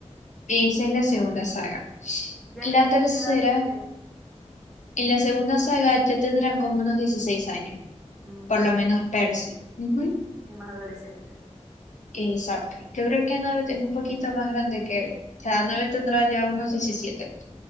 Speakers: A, on the left; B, in the centre.
A: esa es la segunda saga.
B: Ya
A: La
B: ahí, ¿cómo
A: tercera
B: qué edad tienen?
A: En la segunda saga ya tendrán como unos 16 años,
B: Mm,
A: por
B: claro,
A: lo menos Percy. Ujú.
B: es, es más adolescente.
A: Exacto. Yo creo que Annabeth es un poquito más grande que él. O sea, Annabeth tendrá ya unos 17